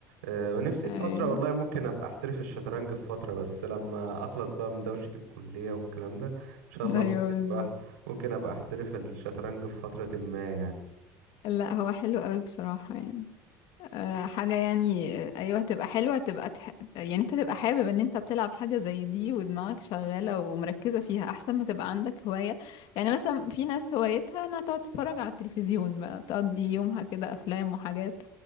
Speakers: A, on the right; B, on the left.
A: آه ونفسي
B: ايوه
A: في فترة والله ممكن ابقى احترف الشطرنج في فترة بس لما اخلص بقى من دوشة الكلية والكلام ده ان شاء
B: <laughs>
A: الله
B: ايوه
A: ممكن
B: بالظبط
A: بقى ممكن ابقى احترف الشطرنج في فترة ما يعني
B: لا هو حلو قوي بصراحة يعني أه حاجة يعني آه، ايوه هتبقى حلوة هتبقى تح... يعني انت تبقى حابب ان انت بتلعب حاجة زي دي ودماغك شغالة ومركزة فيها احسن ما تبقى عندك هواية يعني مثلا في ناس هوايتها انها تقعد تتفرج على التلفزيون بقى تقضي يومها كده افلام وحاجات